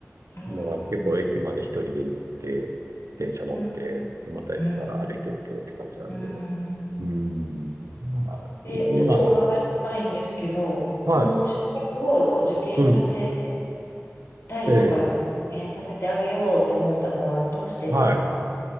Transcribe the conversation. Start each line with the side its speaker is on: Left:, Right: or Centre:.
Left: うん、
Right: のが結構駅まで一人で行って、電車乗って、
Left: うん、
Right: でまた駅から歩いてってって感じなんで。
Left: うん。うん
Right: うん。まあ、
Left: あえ、
Right: い今なると、
Left: ちょっとお伺いしたいんですけど、
Right: はい。
Left: その中学をこう受験させ
Right: うん。
Left: たいとか、
Right: ええ。
Left: 受験させてあげようって思ったのはどうしてですか
Right: はい。